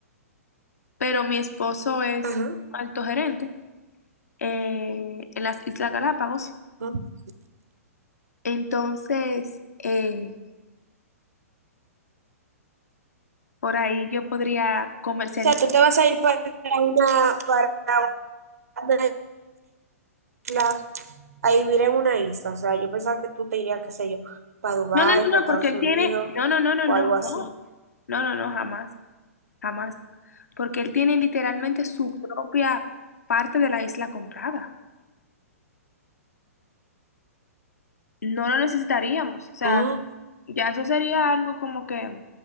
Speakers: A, on the left; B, on the right.
A: pero mi esposo es
B: Ajá.
A: alto gerente eh, en las Islas Galápagos.
B: ok.
A: Entonces, eh, por ahí yo podría comercializar.
B: O sea, tú te vas a ir para una, para una isla, a vivir en una isla. O sea, yo pensaba que tú te irías, qué sé yo, para Dubái,
A: No, no, no,
B: para
A: no,
B: Estados
A: porque él
B: Unidos
A: tiene. No, no, no, no,
B: o
A: no,
B: algo así.
A: no. No, no, no, jamás. jamás, porque él tiene literalmente su propia parte de la isla comprada. No lo necesitaríamos, o sea,
B: Oh,
A: ya eso sería algo como que